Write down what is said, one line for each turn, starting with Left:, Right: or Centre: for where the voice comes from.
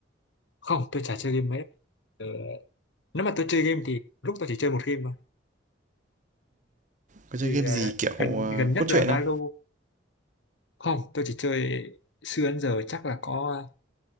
Left: không, tôi chả chơi game mấy. Ờ, Nếu mà tôi chơi game thì lúc tôi chỉ chơi một game mà.
Right: Có chơi
Left: Thì
Right: game
Left: ờ,
Right: gì kiểu,
Left: gần
Right: ờ,
Left: gần nhất
Right: cốt
Left: là
Right: truyện
Left: Valo.
Right: không?
Left: Không, tôi chỉ chơi xưa đến giờ chắc là có